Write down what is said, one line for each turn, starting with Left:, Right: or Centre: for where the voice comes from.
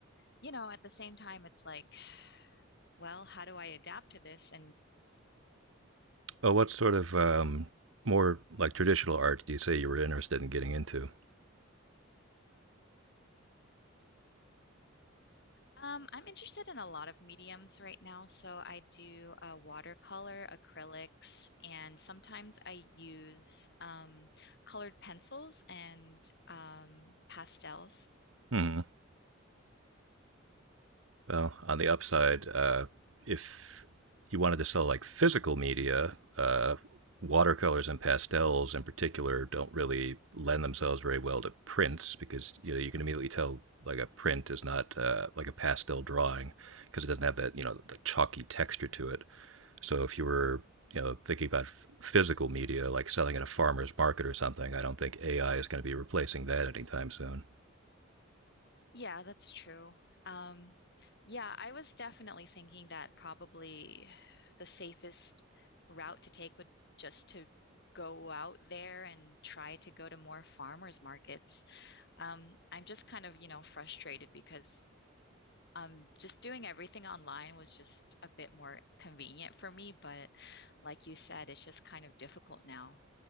Left: you know, at the same time, it's like, well, how do I adapt to this
Right: Oh, what sort of um, more like traditional art do you say you were interested in getting into?
Left: Um, I'm interested in a lot of mediums right now. So I do uh, watercolor, acrylics, and sometimes I use um, colored pencils and um, pastels.
Right: Hmm. Well, on the upside, uh, if you wanted to sell like physical media, uh, watercolors and pastels in particular don't really lend themselves very well to prints because you know you can immediately tell like a print is not uh, like a pastel drawing because it doesn't have that you know the chalky texture to it. So if you were, you know, thinking about f- physical media, like selling at a farmer's market or something, I don't think AI is going to be replacing that anytime soon.
Left: Yeah, that's true. Um, yeah, I was definitely thinking that probably the safest route to take would just to go out there and try to go to more farmers markets. Um, I'm just kind of, you know, frustrated because um, just doing everything online was just a bit more convenient for me. But like you said, it's just kind of difficult now.